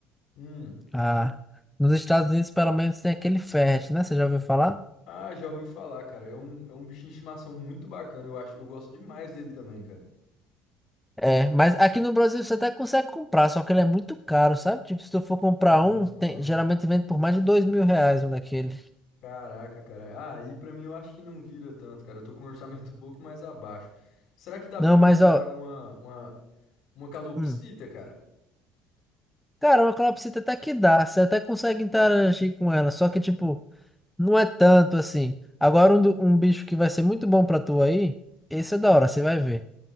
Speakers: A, on the left; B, in the centre.
A: Hum.
B: Ah, nos Estados Unidos pelo menos tem aquele Ferret, né? Você já ouviu falar?
A: Ah, já ouvi falar, cara. É um, é um bichinho de estimação muito bacana. Eu acho, eu gosto demais dele também, cara.
B: É, mas aqui no Brasil você até consegue comprar, só que ele é muito caro, sabe? Tipo, se tu for comprar
A: Ah.
B: um, tem- geralmente vende por mais de dois mil reais um daquele.
A: Caraca, cara. Ah, e pra mim eu acho que não vira tanto, cara. Eu tô com um orçamento <laughs> um pouco mais abaixo. Será que dá
B: Não,
A: pra mim
B: mas
A: comprar
B: ó,
A: uma, uma, uma calopsita,
B: hum,
A: cara?
B: cara, uma calopsita até que dá, você até consegue interagir com ela, só que tipo, não é tanto assim. Agora um, do- um bicho que vai ser muito bom pra tu aí, esse é da hora, você vai ver.